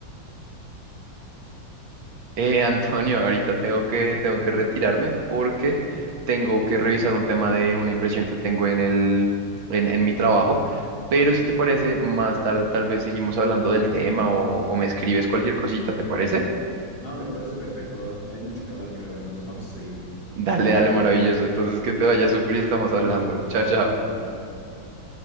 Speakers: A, on the right (about 75°); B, on the left (about 65°).
A: Eh, Antonio, ahorita tengo que, tengo que retirarme porque tengo que revisar un tema de una impresión que tengo en el, en, en mi trabajo. Pero si te parece, más tarde tal vez seguimos hablando del tema o o me escribes cualquier cosita, ¿te parece?
B: No, me parece perfecto. ah, Hay mucho que hablar, creo. Entonces vamos a seguir.
A: Dale, dale, maravilloso. Entonces, que te vaya súper y estamos hablando. Chao, chao.
B: Hablando. Chao, chao.